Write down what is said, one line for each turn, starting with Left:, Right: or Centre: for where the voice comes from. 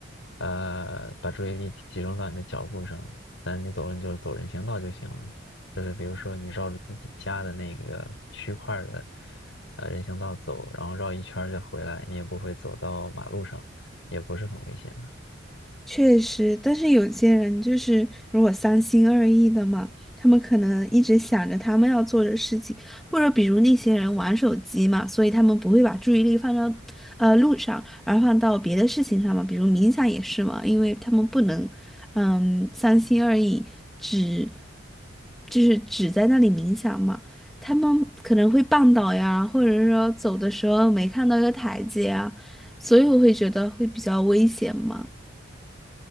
Left: 呃，把注意力集集中到你的脚步上。但是你走了，你就走人行道就行了，就是比如说你绕着自己家的那个区块儿的，呃，人行道走，然后绕一圈儿就回来，你也不会走到马路上，也不是很危险的。
Centre: 确实，但是有些人就是如果三心二意的嘛，他们可能一直想着他们要做的事情，或者比如那些人玩手机嘛，所以他们不会把注意力放到呃路上，而放到别的事情上嘛，比如冥想也是嘛，因为他们不能嗯三心二意，只就是只在那里冥想嘛，他们可能会绊倒呀，或者说走的时候没看到一个台阶啊，所以我会觉得会比较危险嘛。